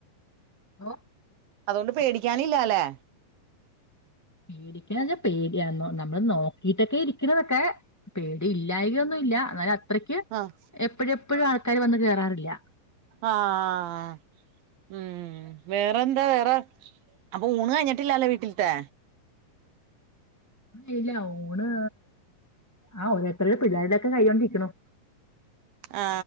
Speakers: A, in the centre; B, on the right.
A: എന്തോ
B: അതുകൊണ്ട് പേടിക്കാനില്ലാ ല്ലെ
A: പേടിക്ക്ണത് പേട്യാന്നൊ നമ്മള് നോക്കിട്ടൊക്കെ ഇരിക്ക്ണതൊക്കെ പേടി ഇല്ലായികയൊന്നുല്ല. എന്നാല് അത്രയ്ക്ക്
B: ആഹ്
A: എപ്പഴെപ്പോഴും ആൾക്കാര് വന്ന് കേയറാറില്ല.
B: ആഹ് ഉം വേറെന്താ വേറെ അപ്പൊ ഊണ് കഴഞ്ഞിട്ടില്ലാല്ലെ വീട്ടിൽ ത്തെ
A: ഇല്ല ഊണ് ആ ഓരോരുത്തരെ പിള്ളേരുടെക്കെ കൈയോണ്ടിരിക്ക്ണു.
B: ആ